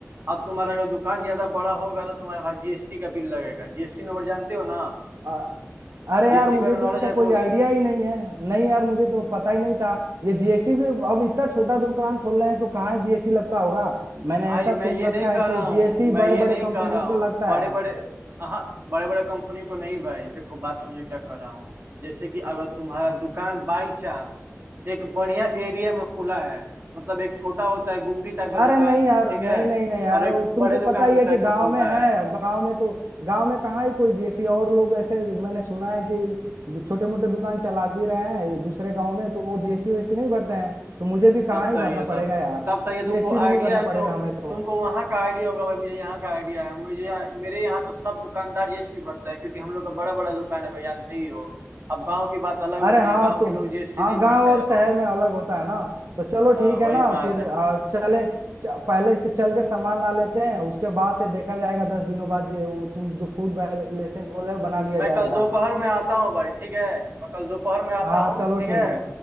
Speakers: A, on the right (about 45°); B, on the right (about 65°).
A: अब तुम्हारा अगर दुकान ज्यादा बड़ा होगा तो तुम्हारा भाई जीएसटी का बिल लगेगा जीएसटी नंबर जानते हो ना
B: आ, अरे
A: जीएसटी
B: यार मुझे
A: बारे में
B: तो
A: नॉलेज
B: इसका
A: है
B: कोई
A: कुछ
B: आइडिया ही नहीं है नहीं यार मुझे तो पता ही नहीं था ये जीएसटी भी अब इतना छोटा दुकान खोल रहे हैं तो कहाँ जीएसटी लगता होगा
A: भाई
B: मैंने ऐसा
A: मैं
B: सुन
A: ये
B: रखा
A: नहीं कह
B: है
A: रहा
B: कि
A: हूँ
B: जीएसटी
A: मैं
B: बड़े
A: ये
B: बड़े
A: नहीं
B: कंपनियों
A: कह रहा हूँ
B: को लगता
A: बड़े
B: है
A: बड़े हाँ बड़े बड़े कंपनी को नहीं भाई देखो बात समझो क्या कह रहा हूँ जैसे कि अगर तुम्हारा दुकान बाई चांस एक बढ़िया एरिया में खुला है मतलब एक छोटा होता है गुमटी टाइप का
B: अरे
A: दुकान
B: नहीं यार
A: ठीक
B: नहीं
A: है
B: नहीं नहीं यार
A: और एक
B: वो तुमको
A: बड़े दुकान
B: पता ही है
A: टाइप
B: कि गांव
A: का खुलता
B: में है
A: है
B: गांव में तो गांव में कहाँ ही कोई जीएसटी और लोग ऐसे मैंने सुना है कि छोटे मोटे दुकान चला भी रहे हैं दूसरे गांव में तो वो जीएसटी वीएसटी नहीं भरते हैं तो मुझे भी कहाँ
A: तब
B: ही
A: सही
B: भरना
A: है
B: पड़ेगा
A: तब
B: यार
A: तब सही है तुमको
B: जीएसटी नहीं
A: आइडिया
B: भरना
A: है
B: पड़ेगा
A: तो
B: हमें तो
A: तुमको वहां का आइडिया होगा भाई मुझे यहाँ का आइडिया है मुझे यहाँ- मेरे यहाँ तो सब दुकानदार जीएसटी भरते हैं क्योंकि हम लोग का बड़ा बड़ा दुकान है भाई जानते ही हो अब गांव की बात अलग होती
B: अरे हाँ
A: है गांव
B: तुम
A: के लोग जीएसटी
B: हाँ
A: नहीं
B: गांव
A: भरते
B: और
A: हैं लोग
B: शहर में अलग होता है ना तो चलो
A: हाँ
B: ठीक
A: वही
B: है ना
A: बात
B: फिर
A: है
B: आ, चले च, पहले क- चल के सामान ला लेते हैं उसके बाद से देखा जाएगा दस दिनों बाद ये वो तुम जो फूड लाइसेंस बोल रहे हो बना लिया
A: मैं
B: जाएगा
A: कल दोपहर में आता हूँ भाई ठीक है मैं कल दोपहर में आता
B: हाँ
A: हूँ
B: चलो
A: ठीक है
B: ठीक है